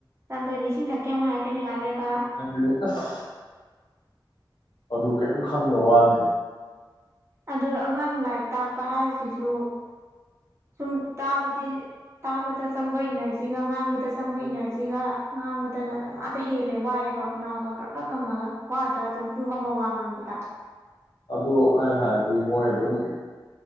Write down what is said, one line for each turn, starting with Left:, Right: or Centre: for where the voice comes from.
Right: ꯆꯪꯗꯣꯏꯅꯤ ꯏꯁꯤꯡ ꯊꯛꯀꯦ ꯑꯃꯨꯛ ꯍꯥꯏꯔꯛꯀꯅꯤ ꯉꯥꯏꯍꯥꯛ
Left: <unintelligible>
Right: ꯂꯩꯔꯒ
Left: ꯑꯗꯨꯅꯤ ꯑꯁ ꯑꯗꯨ ꯀꯩꯌꯝ ꯈꯪꯗꯕ ꯋꯥꯅꯤ
Right: ꯑꯗꯨ ꯑꯉꯥꯡ ꯂꯥꯏꯔꯤꯛ ꯇꯥꯛꯄ ꯍꯥꯏꯔꯤꯁꯤꯁꯨ ꯁꯨꯝ ꯇꯥꯕꯗꯤ ꯇꯥꯕꯗ ꯆꯪꯕ ꯏꯅꯔꯖꯤꯒ ꯉꯥꯡꯕꯗ ꯆꯪꯕ ꯏꯅꯔꯖꯤꯒ ꯉꯥꯡꯕꯗꯅ ꯗꯃꯥꯗ ꯍꯦꯜꯂꯦ ꯋꯥꯏꯑꯦꯕ ꯈꯅꯥꯎꯒ ꯈꯔꯛ ꯈꯔꯛ ꯀꯪꯉꯒ ꯋꯥꯗ꯭ꯔꯥ ꯑꯗꯨꯝ ꯄꯨꯡ ꯑꯃ ꯋꯥ ꯉꯥꯡꯕꯗ ꯇꯥ
Left: ꯑꯗꯨ ꯑꯩꯅ ꯍꯥꯏꯕꯗꯤ ꯃꯣꯏ ꯑꯗꯨꯝ